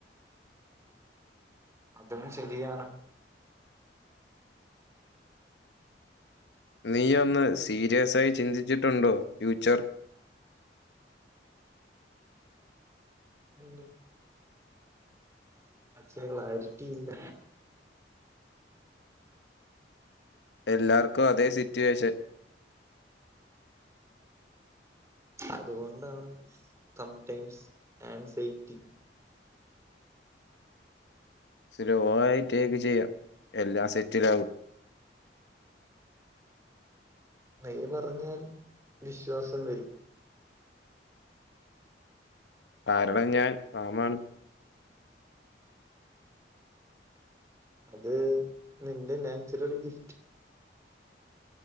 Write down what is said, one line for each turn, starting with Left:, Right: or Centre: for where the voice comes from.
Right: അതും ശരിയാണ്
Left: നീ ഒന്ന് സീരിയസായി ചിന്തിച്ചിട്ടുണ്ടോ ഫ്യൂച്ചർ
Right: എന്നും പക്ഷേ ക്ലാരിറ്റി ഇല്ല
Left: എല്ലാർക്കും അതേ സിറ്റുവേഷൻ
Right: അതുകൊണ്ടാണ് തം ടൈംസ് ഏ ൻ സേഫ്‌റ്റി
Left: സ്ലോ ആയി ട്ടേക്ക് ചെയ്യാം എല്ലാ സെറ്റിലാവും
Right: നീ പറഞ്ഞാൽ വിശ്വാസം വരും
Left: കാരണം ഞാൻ പാമാമാണ്
Right: അത് നിന്റെ നാച്ചുറൽ ഗിഫ്റ്റ്